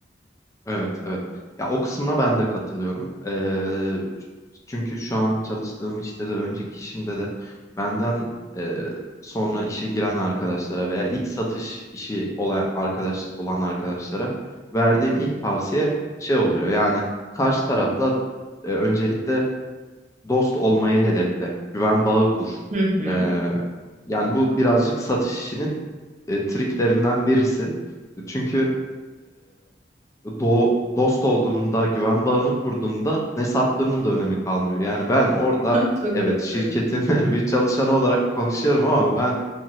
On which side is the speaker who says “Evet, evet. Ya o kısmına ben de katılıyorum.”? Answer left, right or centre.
Left